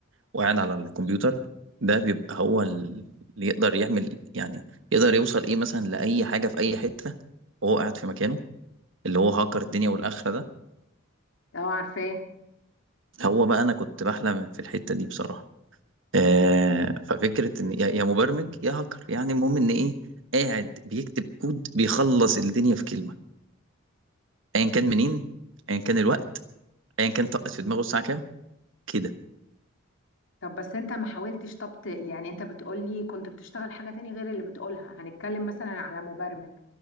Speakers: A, on the right; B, on the left.
A: وقاعد على الكمبيوتر ده بيبقى هو اللي يقدر يعمل يعني يقدر يوصل إيه مثلا لأي حاجة في أي حتة وهو قاعد في مكانه اللي هو هاكر الدنيا والآخرة ده
B: أه عارفاه
A: هو بقى أنا كنت بحلم في الحتة دي بصراحة آه ففكرة إن يا يا مبرمج يا هاكر يعني المهم إن إيه قاعد بيكتب كود بيخلص الدنيا في كلمة أيا كان منين أيا كان الوقت أيا كان طقت في دماغه الساعة كام كده
B: طب بس أنت ما حاولتش طب ت- يعني أنت بتقولي كنت بتشتغل حاجة تاني غير اللي بتقولها هنتكلم مثلا على مبرمج